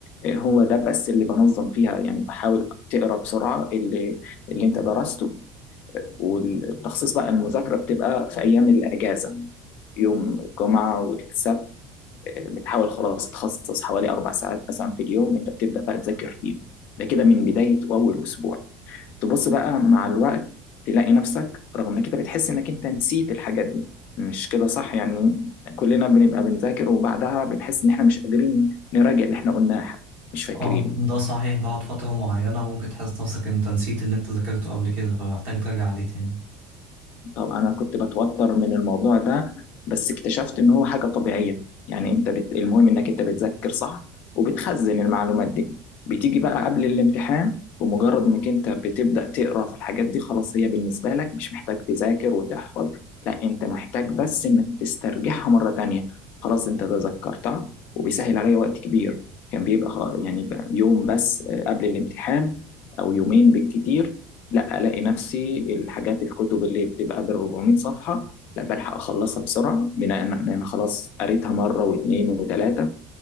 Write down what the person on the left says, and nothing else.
إيه، هو ده بس اللي بنظم فيها يعني بحاول تقرا بسرعة اللي اللي انت درسته والتخصيص بقى المذاكرة بتبقى في ايام الاجازة يوم الجمعة والسبت بتحاول خلاص تخصص حوالي أربع ساعات مثلا في اليوم أنت بتبدأ بقى تذاكر فيهم ده كده من بداية أول أسبوع تبص بقى مع الوقت تلاقي نفسك رغم إنك أنت بتحس إنك أنت نسيت الحاجات دي مش كده صح يعني كلنا بنبقى بنذاكر وبعدها بنحس إن إحنا مش قادرين نراجع اللي إحنا قلناه حتى مش فاكرين
طب انا كنت بتوتر من الموضوع ده بس اكتشفت ان هو حاجه طبيعيه يعني انت بت... المهم انك انت بتذاكر صح وبتخزن المعلومات دي بتيجي بقى قبل الامتحان ومجرد انك انت بتبدا تقرا في الحاجات دي خلاص هي بالنسبه لك مش محتاج تذاكر وتحفظ لا انت محتاج بس انك تسترجعها مره تانية خلاص انت تذكرتها وبيسهل عليا وقت كبير كان بيبقى خ- يعني ب- يوم بس آه، قبل الامتحان او يومين بالكتير لا الاقي نفسي الحاجات الكتب اللي بتبقى بال 400 صفحه لا بلحق اخلصها بسرعه بناء ان انا خلاص قريتها مره واثنين وثلاثه